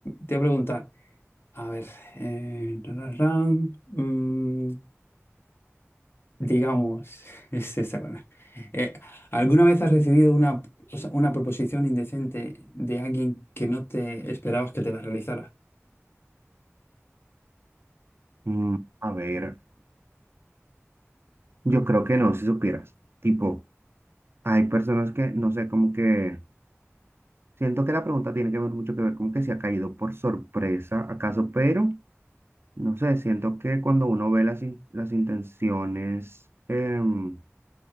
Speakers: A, on the left (about 50°); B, on the right (about 55°).
A: te voy a preguntar, a ver, eh, ra, ra, ra, mm, Digamos, <laughs> es esa, bueno. Eh, ¿alguna vez has recibido una, o sea, una proposición indecente de alguien que no te esperabas que te la realizara?
B: mm, A ver, yo creo que no, si supieras, tipo, hay personas que, no sé, como que Siento que la pregunta tiene que ver mucho que ver como que se ha caído por sorpresa, acaso, pero no sé, siento que cuando uno ve las, in- las intenciones, em,